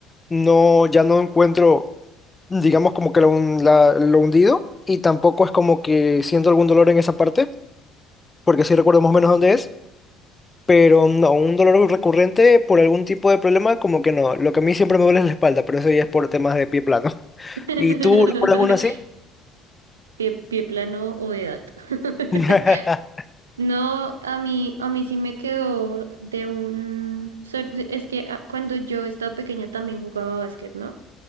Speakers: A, on the left (about 15°); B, on the right (about 75°).
A: no, ya no encuentro, digamos, como que lo, hun- la- lo hundido, y tampoco es como que siento algún dolor en esa parte porque sí recuerdo más o menos dónde es, pero no, un dolor recurrente por algún tipo de problema, como que no. Lo que a mí siempre me duele es la espalda, pero eso ya es por temas de pie plano. <laughs>
B: <laughs>
A: ¿Y tú recuerdas uno así?
B: Pie, pie plano o edad. <laughs>
A: <laughs>
B: No, a mí, a mí sí me quedó de un... sor- Es que ah, cuando yo estaba pequeña también jugaba básquet, ¿no?